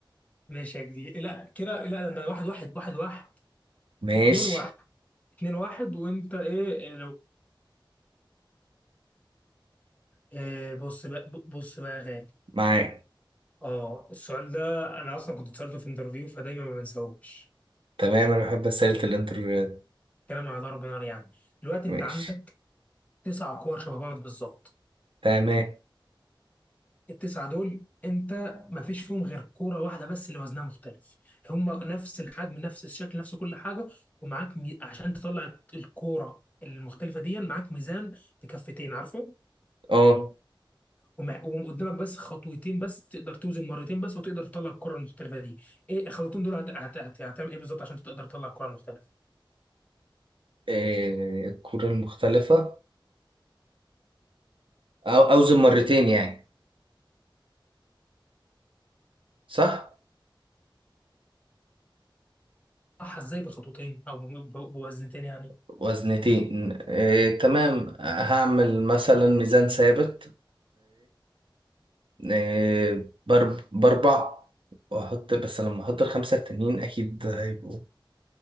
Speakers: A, on the left; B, on the right.
A: ماشي يا جدي لا كده لا ده واحد واحد واحد واحد
B: ماشي
A: اتنين واحد اتنين واحد وانت ايه لو إيه بص بقى بص بقى يا غالي
B: معاك
A: اه السؤال ده انا اصلا كنت اتسالته في انترفيو فدايما ما بنساهوش
B: تمام انا بحب اسئله الانترفيوهات
A: كلام على ضرب نار يعني دلوقتي
B: ماشي
A: انت عندك تسع كور شبه بعض بالظبط
B: تمام
A: التسعة دول انت ما فيش فيهم غير كورة واحدة بس اللي وزنها مختلف هم نفس الحجم نفس الشكل نفس كل حاجة ومعاك مي... عشان تطلع الكورة المختلفة دي معاك ميزان بكفتين عارفه
B: اه
A: ومح... وقدامك بس خطوتين بس تقدر توزن مرتين بس وتقدر تطلع الكرة المختلفة دي ايه الخطوتين دول هت... هت... هت... هتعمل ايه بالظبط عشان تقدر تطلع الكرة المختلفة
B: إيه، الكره المختلفه او اوزن مرتين يعني صح
A: صح ازاي بخطوتين او ب... ب- بوزنتين يعني
B: وزنتين إيه، تمام هعمل مثلا ميزان ثابت آه، بر- باربع واحط بس لما احط الخمسة التانيين اكيد هيبقوا